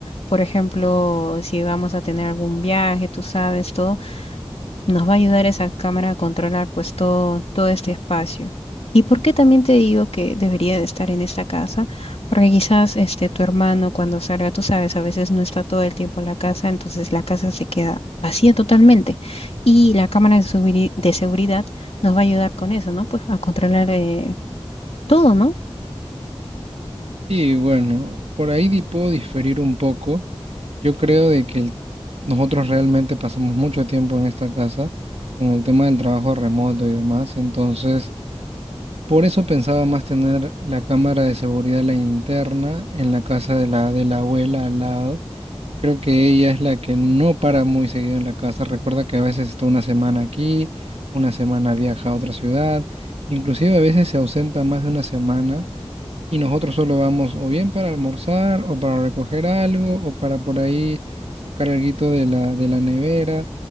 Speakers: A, on the left (about 75°); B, on the right (about 80°).
A: Por ejemplo, si vamos a tener algún viaje, tú sabes, todo nos va a ayudar esa cámara a controlar pues todo, todo este espacio. ¿Y por qué también te digo que debería de estar en esta casa? Porque quizás este tu hermano cuando salga, tú sabes, a veces no está todo el tiempo en la casa, entonces la casa se queda vacía totalmente. Y la cámara de, seguri- de seguridad nos va a ayudar con eso, ¿no? Pues a controlar eh, todo, ¿no?
B: Sí, bueno, por ahí di- puedo diferir un poco. Yo creo de que el- nosotros realmente pasamos mucho tiempo en esta casa con el tema del trabajo remoto y demás. Entonces, por eso pensaba más tener la cámara de seguridad, la interna, en la casa de la, de la abuela al lado. Creo que ella es la que no para muy seguido en la casa. Recuerda que a veces está una semana aquí, una semana viaja a otra ciudad, inclusive a veces se ausenta más de una semana. Y nosotros solo vamos o bien para almorzar o para recoger algo o para por ahí sacar alguito de la, de la nevera.